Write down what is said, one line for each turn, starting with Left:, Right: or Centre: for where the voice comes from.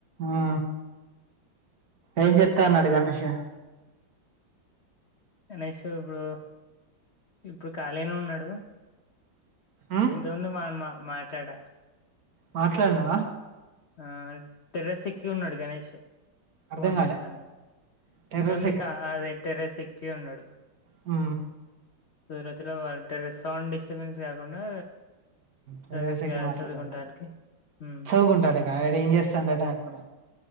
Right: ఆ ఏం చెత్తా అన్నాడు గణేష్
Left: గణేష్ ఇప్పు ఇప్పుడు ఖాళీగానే ఉన్నాడు
Right: మ్మ్
Left: ఇంతవంద మా మా మాట్లాడ
Right: మాట్లాడినావా
Left: ఆ టెర్రస్ ఎక్కి ఉన్నాడు గణేష్
Right: అర్థం
Left: ఫోన్
Right: కాలే
Left: చేసా
Right: టెర్రస్
Left: ఇంతందిక టెర్రస్ ఎక్కి ఉన్నాడు
Right: ఆ
Left: సూరతి లో వాంట సౌండ్ డిస్టర్బెన్స్ కాకుండా
Right: టెర్రస్
Left: చదువు
Right: ఎక్కి
Left: గా
Right: మాట్లాడింది
Left: చదువుకుంటానికి హ్మ్
Right: చదువుకుంటాను గైడ్ ఏం చేస్తాండట అక్కడ